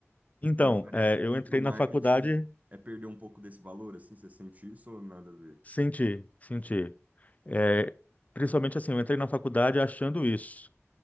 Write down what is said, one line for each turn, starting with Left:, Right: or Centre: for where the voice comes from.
Left: Então,
Right: E parece
Left: é,
Right: que
Left: eu entrei
Right: ir para o marketing
Left: na faculdade,
Right: é perder um pouco desse valor, assim. Você sente isso ou nada a ver?
Left: senti, senti. É, principalmente assim, eu entrei na faculdade achando isso.